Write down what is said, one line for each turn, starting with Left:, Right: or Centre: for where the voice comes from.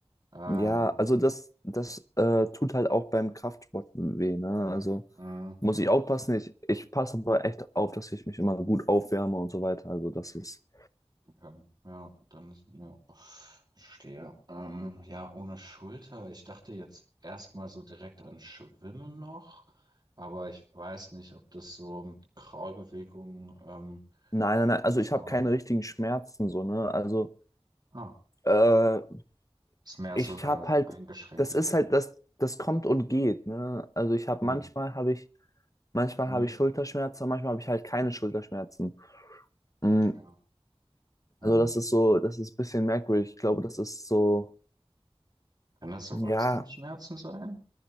Right: Ähm,
Left: ja, also das, das äh, tut halt auch beim Kraftsport weh, ne? Also
Right: hm.
Left: muss ich aufpassen. Ich, ich passe aber echt auf, dass ich mich immer gut aufwärme und so weiter. Also das ist,
Right: Ähm, Ja, dann ist ja, verstehe. Ähm, ja, ohne Schulter. Ich dachte jetzt erstmal so direkt an Schwimmen noch, aber ich weiß nicht, ob das so mit Kraulbewegung ähm,
Left: nein, nein, nein. Also
Right: dann so.
Left: ich habe keine richtigen Schmerzen so, ne? Also
Right: Ah,
Left: Äh,
Right: ist mehr
Left: ich
Right: so eine
Left: habe halt,
Right: eingeschränkte.
Left: das ist halt, das, das kommt und geht, ne? Also ich habe
Right: Hm.
Left: manchmal habe ich, manchmal
Right: Hm.
Left: habe ich Schulterschmerzen, manchmal habe ich halt keine Schulterschmerzen. Mm,
Right: Okay. Hm.
Left: Also das ist so, das ist ein bisschen merkwürdig. Ich glaube, das ist so,
Right: Kann das so Wachstumsschmerzen
Left: ja,
Right: sein?